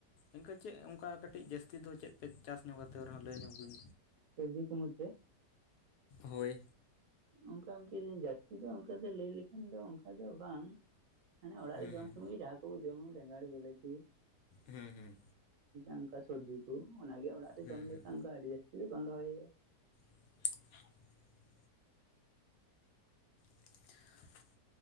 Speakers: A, on the left; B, on the right.
A: ᱤᱱᱠᱟᱹ ᱪᱮᱫ ᱚᱱᱠᱟ ᱠᱟᱹᱴᱤᱡ ᱡᱟᱹᱥᱛᱤ ᱫᱚ ᱪᱮᱫ ᱯᱮ ᱪᱟᱥ ᱧᱚᱜ ᱠᱟᱛᱮᱫ ᱨᱮᱦᱟᱜ ᱞᱟᱹᱭ ᱧᱚᱜ ᱵᱤᱱ᱾
B: ᱥᱚᱵᱡᱤ ᱠᱚ ᱢᱩᱫᱽᱨᱮ
A: ᱦᱳᱭ
B: ᱚᱱᱠᱤ ᱡᱟᱹᱥᱛᱤ ᱫᱚ ᱚᱱᱠᱟ ᱫᱚ ᱞᱟᱹᱭ ᱞᱮᱠᱷᱟᱱ ᱫᱚ ᱚᱱᱠᱟ ᱫᱚ ᱵᱟᱝ, ᱢᱟᱱᱮ ᱚᱲᱟᱜ
A: ᱦᱩᱸ
B: ᱨᱮ ᱡᱚᱢ ᱥᱩᱢᱩ ᱜᱮ ᱡᱟᱦᱟᱸ ᱠᱚᱵ ᱡᱚᱢᱟ ᱵᱮᱸᱜᱟᱲ, ᱵᱤᱞᱟᱹᱛᱤ
A: ᱦᱩᱸ ᱦᱩᱸ
B: ᱚᱱᱠᱟ ᱥᱚᱵᱡᱤ ᱠᱚ ᱚᱱᱟᱜᱮ ᱚᱲᱟᱜ ᱨᱮ
A: ᱦᱩᱸ
B: ᱡᱚᱢ
A: ᱦᱩᱸ
B: ᱞᱮᱠᱷᱟᱱ ᱟᱹᱰᱤ ᱡᱟᱹᱥᱛᱤ ᱫᱚ ᱵᱟᱝ ᱨᱚᱦᱚᱭ ᱦᱩᱭᱩᱜᱼᱟ᱾
A: <unintelligible> <unintelligible>